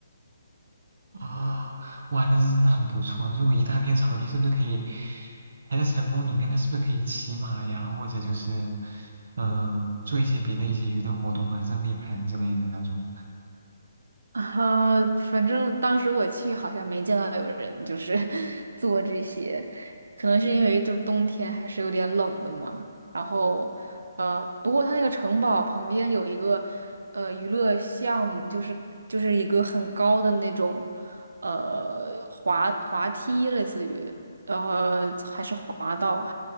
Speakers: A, on the right (about 60°); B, on the right (about 85°).
A: 啊，哇，那是真的很不错。如果一大片草地，是不是可以还在城堡里面？那是不是可以骑马呀，或者就是呃做一些别的一些娱乐活动啊，扔飞盘之类的那种？
B: 啊，反正当时我去好像没见到有人就是 <laughs> 做这些，可能是因为就冬天还是有点冷的嘛。然后，呃，不过它那个城堡旁边有一个呃娱乐项目，就是就是一个很高的那种呃滑滑梯，类似于呃还是滑道。